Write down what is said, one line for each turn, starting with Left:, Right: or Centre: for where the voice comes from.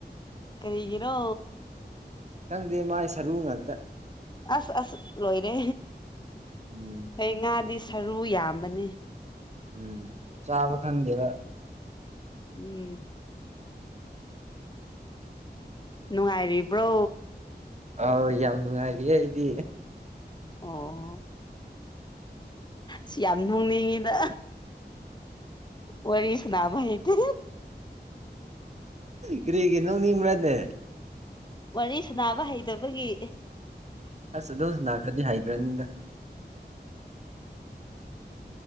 Left: ꯀꯔꯤꯒꯤꯔꯣ
Right: ꯈꯪꯗꯦ ꯃꯥꯏ ꯁꯔꯨ ꯉꯥꯛꯇ
Left: ꯑꯁ ꯑꯁ ꯂꯣꯏꯔꯦ
Right: ꯎꯝ
Left: ꯍꯦ ꯉꯥꯗꯤ ꯁꯔꯨ ꯌꯥꯝꯕꯅꯦ
Right: ꯎꯝ ꯆꯥꯕ ꯈꯪꯗꯦꯕ
Left: ꯎꯝ ꯅꯨꯡꯉꯥꯏꯔꯤꯕ꯭ꯔꯣ
Right: ꯑꯥꯎ ꯌꯥꯝ ꯅꯨꯡꯉꯥꯏꯔꯤꯌꯦ ꯑꯩꯗꯤ
Left: ꯑꯣ ꯁꯤ ꯌꯥꯝ ꯅꯣꯡꯅꯤꯡꯉꯤꯗ ꯋꯥꯔꯤ ꯁꯥꯅꯕ ꯍꯩꯇꯦ
Right: ꯀꯔꯤꯒꯤ ꯅꯣꯛꯅꯤꯡꯕ꯭ꯔꯅꯦ
Left: ꯋꯥꯔꯤ ꯁꯅꯕ ꯍꯩꯇꯕꯒꯤ
Right: ꯑꯁ ꯑꯗꯨꯝ ꯁꯥꯅꯈ꯭ꯔꯗꯤ ꯍꯩꯈ꯭ꯔꯅꯤꯗ